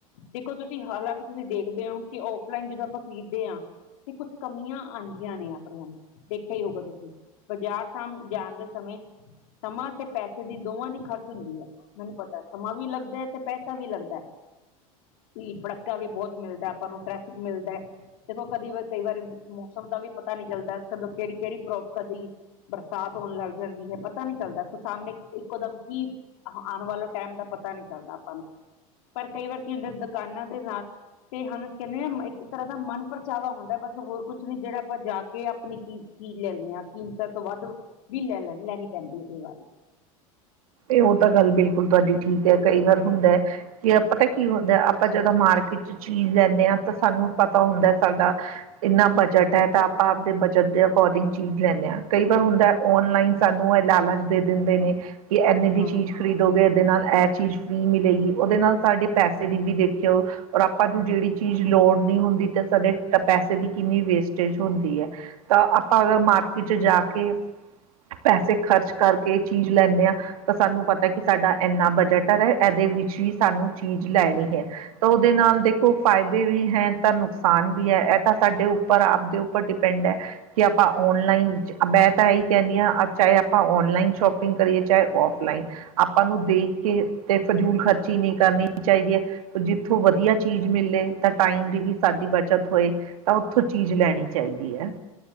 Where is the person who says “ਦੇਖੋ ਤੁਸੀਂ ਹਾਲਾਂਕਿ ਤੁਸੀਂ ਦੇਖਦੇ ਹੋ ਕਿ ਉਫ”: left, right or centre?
Left